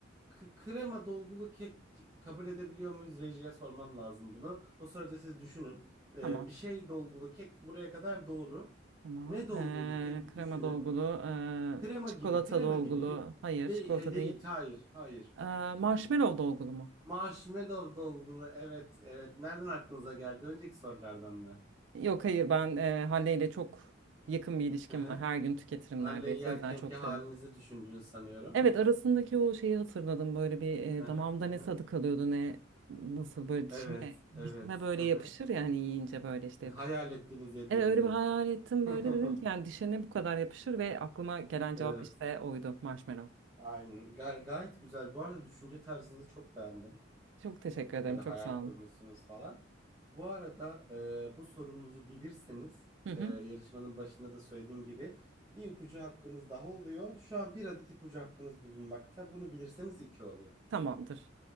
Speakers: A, on the right; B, on the right.
A: K- krema dolgulu kek kabul edebiliyor muyuz rejiye sormam lazım bunu. O sırada siz düşünün E,
B: Tamam.
A: bir şey dolgulu kek buraya kadar doğru.
B: Tamam.
A: Ne dolgulu
B: Ee,
A: kek bir
B: krema
A: düşünün.
B: dolgulu,
A: Krema
B: e, çikolata
A: gibi krema
B: dolgulu.
A: gibi değil.
B: Hayır,
A: Değil,
B: çikolata
A: e, değil
B: değil.
A: hayır hayır.
B: Ee, marshmallow dolgulu mu?
A: Marshmallow dolgulu evet evet nereden aklınıza geldi önceki sorulardan mı?
B: Yok hayır ben e, Hande ile çok yakın bir ilişkim
A: Hı hı.
B: var. Her gün tüketirim
A: Halley
B: neredeyse.
A: yerkenki
B: O yüzden çok
A: halinizi
B: severim.
A: düşündünüz sanıyorum.
B: Evet arasındaki o şeyi hatırladım. Böyle bir e,
A: Aha,
B: damağımda
A: aha.
B: ne tadı kalıyordu ne nasıl böyle
A: Evet,
B: dişime
A: evet.
B: dişime böyle
A: Aha.
B: yapışır ya hani yiyince böyle işte
A: Hayal
B: yapışır.
A: ettiniz yediğinizi.
B: Evet öyle bir hayal ettim
A: <laughs>
B: böyle dedim ki yani dişe ne bu kadar yapışır ve aklıma gelen cevap
A: Evet.
B: işte oydu marshmallow.
A: Aynen. Ga- gayet güzel. Bu arada düşünce tarzınızı çok beğendim.
B: Çok teşekkür ederim
A: Böyle
B: çok
A: hayal
B: sağ
A: kurmuşsunuz
B: olun.
A: falan. Bu arada e, bu sorumuzu bilirseniz
B: Hı hı.
A: e, yarışmanın başında da söylediğim gibi bir ipucu hakkınız daha oluyor. Şu an bir adet ipucu hakkınız bulunmakta. Bunu bilirseniz iki oluyor.
B: Tamamdır.